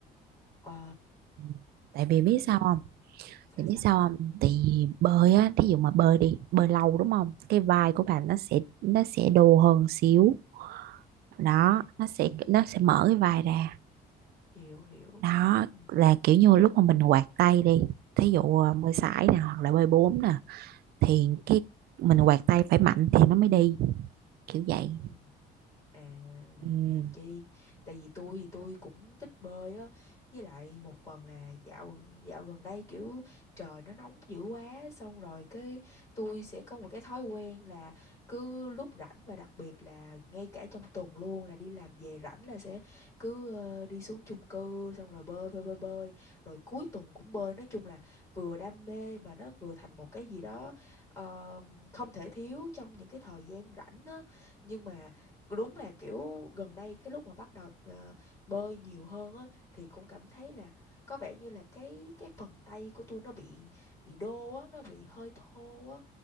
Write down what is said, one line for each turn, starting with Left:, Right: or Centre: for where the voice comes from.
Left: Ờ,
Right: Ừ. Tại vì biết sao
Left: nhưng
Right: không?
Left: sao
Right: Thì biết
Left: sao?
Right: sao không? Thì bơi á, thí dụ mà bơi đi, bơi lâu đúng không? Cái vai
Left: Ừ.
Right: của bạn nó sẽ nó sẽ đồ hơn xíu. Đó,
Left: À,
Right: nó sẽ nó sẽ mở cái vai ra.
Left: hiểu hiểu.
Right: Đó
Left: Ừ,
Right: là kiểu như lúc mà mình quạt tay đi, thí dụ à,
Left: ừ,
Right: bơi sải nè hoặc là bơi bốn nè thì
Left: ừ,
Right: cái mình quạt tay phải mạnh thì nó mới đi kiểu
Left: ừ,
Right: vậy
Left: ừ. À,
Right: ừ,
Left: hèn chi. Tại vì tôi thì tôi cũng thích bơi á. Với lại một phần là dạo dạo gần đây kiểu trời nó nóng dữ quá. Xong rồi cái tôi sẽ có một cái thói quen là cứ lúc rảnh và đặc biệt là ngay cả trong tuần luôn là đi làm về rảnh là sẽ cứ ờ, đi xuống chung cư xong rồi bơi bơi bơi bơi. Rồi cuối tuần cũng bơi. Nói chung là vừa đam mê mà nó vừa thành một cái gì đó ờ, không thể thiếu trong những cái thời gian rảnh á. Nhưng mà đúng là kiểu gần đây cái lúc mà bắt đầu ờ, bơi nhiều hơn á thì cũng cảm thấy là có vẻ như là cái cái phần tay của tôi nó bị bị đô á nó bị hơi thô á